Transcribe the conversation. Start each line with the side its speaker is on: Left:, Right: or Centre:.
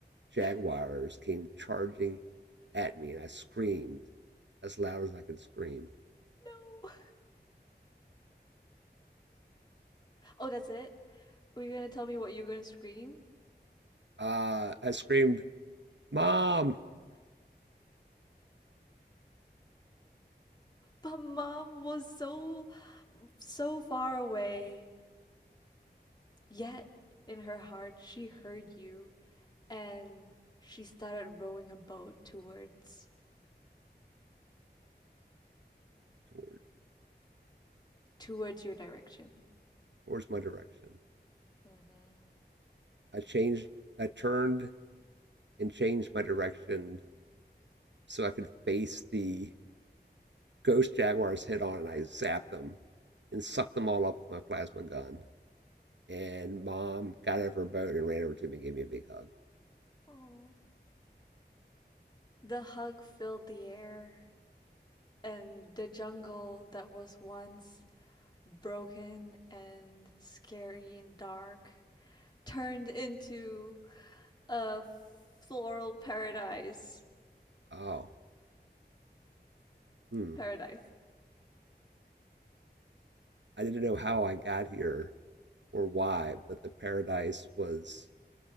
Right: jaguars
Left: <laughs>
Right: came charging at me, and I screamed as loud as I could scream.
Left: No. Oh, that's it? Were you gonna tell me what you were gonna scream?
Right: Uh, I screamed, "Mom!"
Left: But mom was so, so far away. Yet in her heart, she heard you and she started rowing her boat towards
Right: toward
Left: towards your direction.
Right: towards my direction.
Left: Mm-hmm.
Right: I changed, I turned and changed my direction so I could face the ghost jaguars head on, and I zapped them and sucked them all up with my plasma gun. And mom got out of her boat and ran over to me and gave me a big hug.
Left: Oh. The hug filled the air and the jungle that was once broken and scary and dark turned into a floral paradise.
Right: Oh, hmm.
Left: <laughs> paradise
Right: I didn't know how I got here or why, but the paradise was